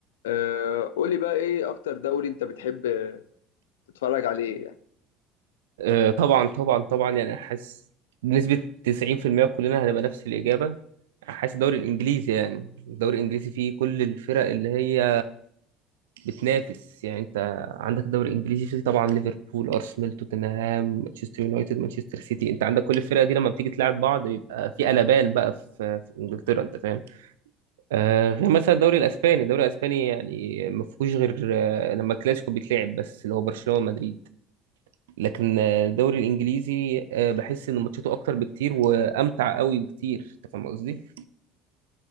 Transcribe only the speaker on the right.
آه، طبعا طبعا طبعا يعني أنا حاسس بنسبة 90% كلنا هنبقى نفس الإجابة حاسس الدوري الإنجليزي يعني الدوري الإنجليزي فيه كل الفرق اللي هي بتنافس يعني أنت عندك الدوري الإنجليزي فيه طبعا ليفربول أرسنال توتنهام مانشستر يونايتد مانشستر سيتي أنت عندك كل الفرق دي لما بتيجي تلعب بعض بيبقى في قلبان بقى في, في إنجلترا أنت فاهم آه
غير مثلا الدوري الإسباني الدوري الإسباني يعني ما فيهوش غير آه لما الكلاسيكو بيتلعب بس اللي هو برشلونة ومدريد لكن آه، الدوري الانجليزي آه، بحس ان ماتشاته اكتر بكتير وامتع قوي بكتير انت فاهم قصدي